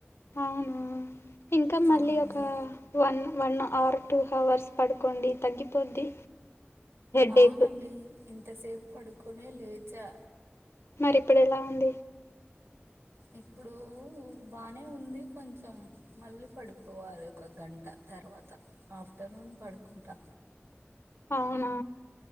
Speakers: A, on the left; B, on the right.
A: అవును ఇంకా మళ్ళీ
B: అవునండి
A: ఒక one one hour two hours పడుకోండి తగ్గిపోద్ది హెడేక్
B: అవునండి ఇంతసేపు పడుకునే లేచా
A: మరి ఇప్పుడు ఎలా అండి
B: ఆ ఇప్పుడు బానే ఉంది కొంచం మళ్ళీ పడుకోవాలి ఒక గంట తర్వాత. ఆఫ్టర్నూన్ పడుకుంటా
A: అవునా